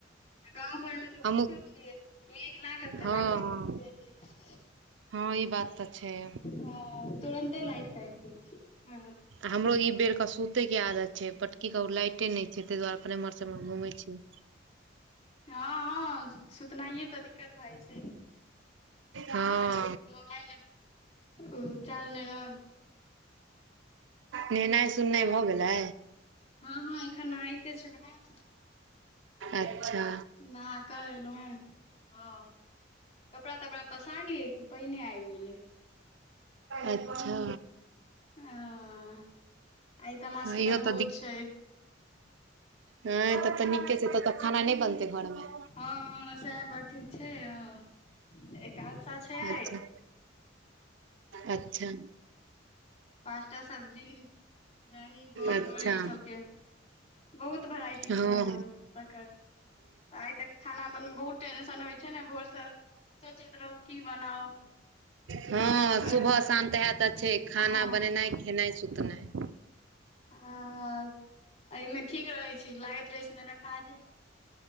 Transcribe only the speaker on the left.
आ गाँव घरमे बुझिते
छियै मेघ लागत त
लाइटे
के भ जाइ छैय।
ह तुरन्ते लाइट काइट दय छय।
हँ-हँ सुतनाइए त दिक्कत भए जाइ छैय।
मोबाइल ओ चार्ज नहि रहल
हँ-हँ एखन नहाइते छलौ हँ।
नहा केँ ऐलउ हे, हँ। कपड़ा-तपड़ा पसारलियै कि पाइने आबि गेलैय।
आ आइ तऽ हमरा
सबके
मे भोज
छैय।
हँ-हँ सएह बात ठीक छैय, अ एकादशा छैय।
पाँचटा सब्जी दही बड़-बड़ी
इ सबके बहुत वेराइटी
छैय यहाँ तकर। त आइ त खाना बनबयमे बहुत टेंशन होइत छैने, भोरसँ सोचैत रहू की बनाउ।
की करू
हँ
हँ
हँ- हँ एहिमे ठीक रहै छैय, लागैत रहैय छैय जेना काजे नै।